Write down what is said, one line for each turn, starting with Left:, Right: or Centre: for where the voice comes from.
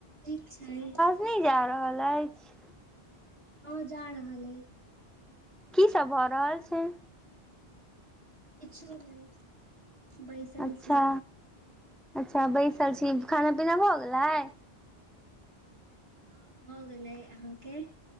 Right: ठीक छय
Centre: नय जा रहल अछि
Right: हँ जा रहल रहल अइछ
Centre: की सब भऽ रहल छय
Right: कुछो नहि बैसल
Centre: अच्छा
Right: छी
Centre: अच्छा बैसल छी खाना पीना भऽ गेलइ
Right: हँ भऽ गेलै अहाँके